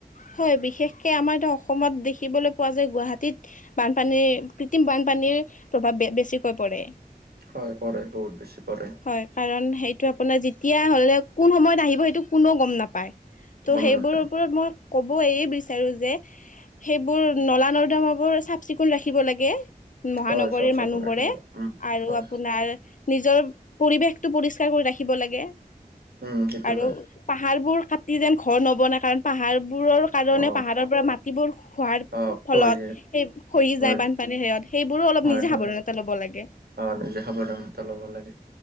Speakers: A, on the left (about 55°); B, on the right (about 85°).
A: হয়, বিশেষকে আমাৰ এতিয়া অসমত দেখিবলৈ পোৱা যে গুৱাহাটীত বানপানীৰ কৃত্ৰিম বানপানীৰ প্ৰভাৱ বেছিকৈ পৰে।
B: হয়, পৰে বহুত। বেছি কৰে
A: হয় কাৰণ সেইটো আপোনাৰ যেতিয়া হ'লে কোন সময়ত আহিব। টো কোননেও গ'ম নাপায় ত'
B: গম
A: সেইবোৰৰ
B: নাপায়
A: ওপৰত মই হ'ব এইে বিচাৰো যে সেইবোৰ নলা নৰ্দামাবোৰ চাফ চিকুণ ৰাখিব লাগে। মহানগৰীৰ
B: হয় চাফ চিকুণ
A: মানুহবোৰে
B: ৰাখিব লাগে উম
A: আৰু
B: হয়
A: আপোনাৰ নিজৰ। পৰিৱেশ টো পৰিষ্কাৰ কৰি ৰাখিব লাগে।
B: উম সেইটো
A: আৰু
B: হয়
A: পাহাৰবোৰ কাটি যেন ঘৰ নবনাই কাৰণ পাহাৰ। বোৰৰ কাৰণে
B: অ
A: পাহাৰৰ পৰা মাটিবোৰ খোৱাৰ
B: অ
A: ফলত
B: হয়
A: সেই খহি
B: হয়
A: যায় বানপানীৰ সেয়ত সেইবোৰো অলপ
B: হয়
A: নিজে
B: হয়
A: সাৱধানতা ল'ব লাগে।
B: অ' নিজে সাৱধানতা ল'ব লাগে